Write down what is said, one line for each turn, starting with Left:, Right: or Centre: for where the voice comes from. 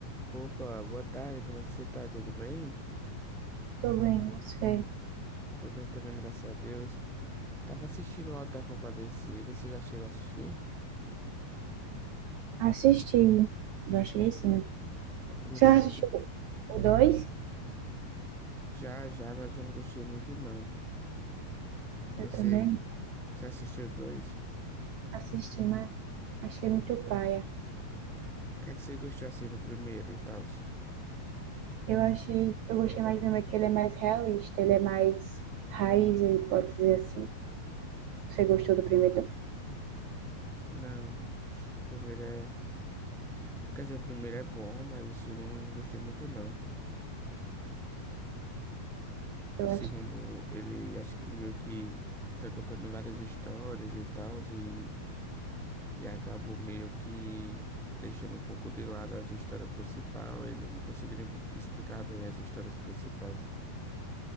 Centre: Opa, boa tarde, como é que você tá? Tudo bem?
Right: Tô bem, você.
Centre: Tudo bem também, graças a Deus. Tava assistindo o Auto da Compadecida, você já chegou a assistir?
Right: Assisti. Já achei sim.
Centre: Gostou?
Right: Você assistiu? O dois
Centre: Já, já, mas eu não gostei muito não. Você,
Right: Eu também
Centre: você assistiu dois?
Right: assisti, mas achei muito paia.
Centre: O que é que você gostou assim do primeiro e tal?
Right: Eu achei, eu gostei mais do primeiro que ele é mais realista, ele é mais raiz, ele pode dizer assim. Você gostou do primeiro?
Centre: Não, acho que o primeiro é... Quer dizer, o primeiro é bom, mas o segundo eu não gostei muito não. O
Right: Eu
Centre: segundo,
Right: acho,
Centre: ele, acho que ele meio que foi contando várias histórias e tal, e e acabou meio que deixando um pouco de lado as histórias principais. Eles não conseguiriam pres- explicar bem as histórias principais.